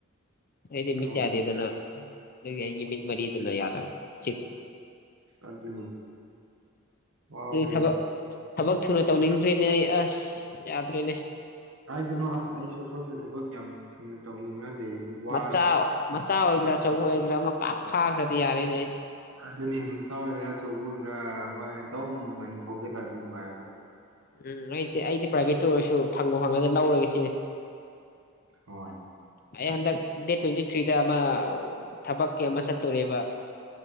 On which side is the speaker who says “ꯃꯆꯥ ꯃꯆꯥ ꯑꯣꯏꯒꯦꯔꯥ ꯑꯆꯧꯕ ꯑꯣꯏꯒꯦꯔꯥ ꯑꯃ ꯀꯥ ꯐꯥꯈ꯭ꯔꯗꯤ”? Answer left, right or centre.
Left